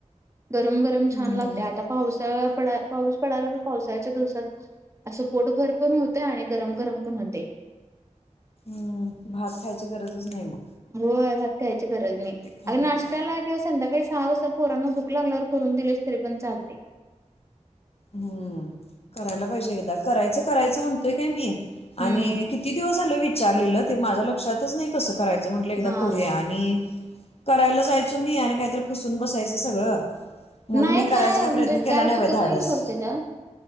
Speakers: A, on the right; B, on the left.
A: गरम गरम
B: हं,
A: छान लाग ते आता पावसाळात तेवापाऊस पडला तर पावसाळच्या दिवसात असं पोटभर पण होतय आणि गरम गरम पण होतय.
B: हम्म भात खायची गरजच नाही मग.
A: होय <unintelligible> गरज नाही
B: ते खाल्लं
A: आओ नाष्ट्याला
B: की
A: किंवा ला संध्या <unintelligible> काही सहा वाजता पोरांना भूक लागल्यावर करून दिलेस तरी पण चालतय.
B: हम्म करायला पाहिजे एकदा करायचं करायचं म्हणत. तुही कम येेत <unintelligible>
A: हम्म.
B: आणि किती दिवस झाले विचारलेलं ते माझ्या ल लक्षातचं नाही कस कराय म्हटल एकदा
A: हा
B: करुया
A: हा.
B: आणि कराय जाय तुम्ही यार काहीतर फुसून बसायचं सगळं. म्हणून
A: नाही
B: मी करायचा काय
A: म्हणजे
B: प्रयत्न केला
A: काय
B: नाही
A: चुकत
B: बा धाडस.
A: सोड त्याच्यात